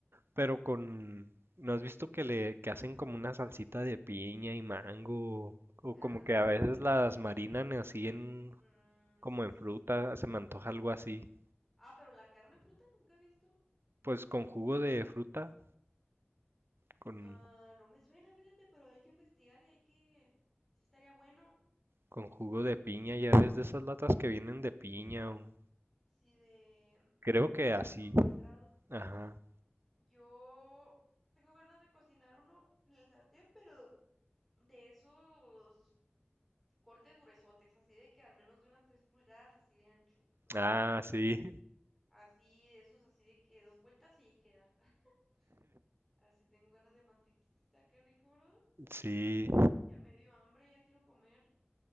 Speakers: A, on the right; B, in the centre.
A: pero con, ¿no has visto que le, que hacen como una salsita de piña y mango, o
B: Ah,
A: como que
B: sí.
A: a veces las marinan así en,
B: Mm,
A: como
B: sí,
A: en
B: sí,
A: fruta,
B: sí.
A: se me antoja algo así.
B: Ah, pero la carne en fruta nunca he visto.
A: Pues con jugo de fruta, con,
B: Ah, no me suena, fíjate, pero hay que investigar y hay que... Sí estaría bueno,
A: con jugo de piña, ya ves de esas latas que vienen de piña, o-
B: sí de... mm,
A: creo que
B: como
A: así,
B: de concentrado.
A: ajá.
B: Yo tengo ganas de cocinar uno en el sartén, pero de esos cortes gruesotes, así de que al menos de unas 3 pulgadas, así de ancho, o sea,
A: Ah,
B: de alto, pues
A: sí,
B: así. Así de esos, así de que dos vueltas y ahí queda. <laughs> Así tengo ganas de mantequita, qué rico, ¿verdad?
A: <laughs> sí,
B: Ya me dio hambre, ya quiero comer.